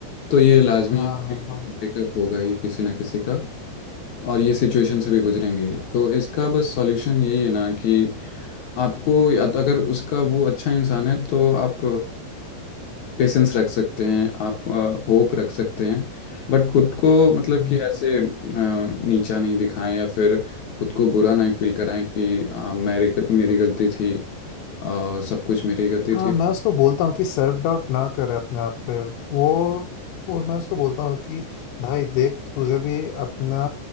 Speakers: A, on the left; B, on the left.
A: तो ये लाजमी
B: हाँ
A: है
B: हाँ
A: कि
B: हाँ
A: ब्रेकअप होगा ही किसी ना किसी का और ये सिचुएशन से भी गुजरेंगे ही। तो इसका बस सॉल्यूशन यही है ना कि आपको या तो अगर उसका वो अच्छा इंसान है तो आप पेशेंस रख सकते हैं आप होप रख सकते हैं बट खुद को मतलब
B: हम्म।
A: कि ऐसे अ, नीचा नहीं दिखाएं या फिर खुद को बुरा नहीं फील कराएं कि अ, मेरी गल- मेरी गलती थी अ, सब कुछ मेरी गलती
B: हाँ
A: थी
B: मैं उसको बोलता हूँ कि सेल्फ डाउट ना करे अपने आप पे वो वो मैं उसको बोलता हूँ कि भाई देख तुझे भी अपना